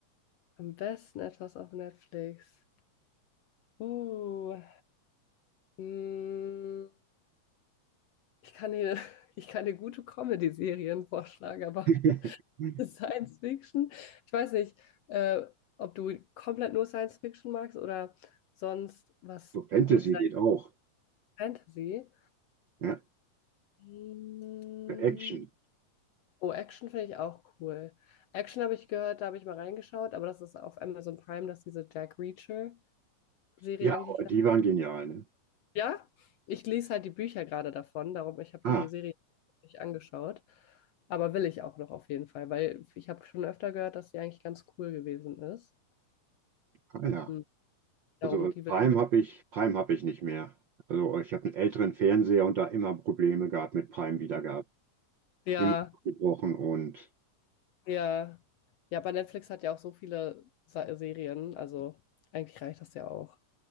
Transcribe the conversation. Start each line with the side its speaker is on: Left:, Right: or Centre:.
Left: Am besten etwas auf Netflix. Uh, mh, ich kann dir, <laughs> ich kann dir gute Comedy-Serien vorschlagen, aber
Right: <laughs>
Left: <laughs> Science Fiction. Ich weiß nicht, äh, ob du komplett nur Science Fiction magst oder sonst was
Right: So Fantasy
Left: gut sein
Right: geht auch.
Left: Fantasy.
Right: Ja.
Left: Hm.
Right: Action.
Left: Oh, Action finde ich auch cool. Action habe ich gehört, da habe ich mal reingeschaut, aber das ist auf Amazon Prime, dass diese Jack Reacher-Serie eigentlich.
Right: Ja, die
Left: ganz-
Right: waren genial, ne?
Left: Ja, ich lese halt die Bücher gerade davon, darum, ich habe
Right: Ah,
Left: die Serie nicht angeschaut. Aber will ich auch noch auf jeden Fall, weil ich habe schon öfter gehört, dass die eigentlich ganz cool gewesen ist.
Right: ah, ja.
Left: Hm, Darum,
Right: Also
Left: die
Right: äh,
Left: will.
Right: Prime habe ich, Prime habe ich nicht mehr. Also ich habe einen älteren Fernseher und da immer Probleme gehabt mit Prime-Wiedergabe.
Left: Ja,
Right: Immer abgebrochen und
Left: ja. Ja, aber Netflix hat ja auch so viele Sa Serien, also eigentlich reicht das ja auch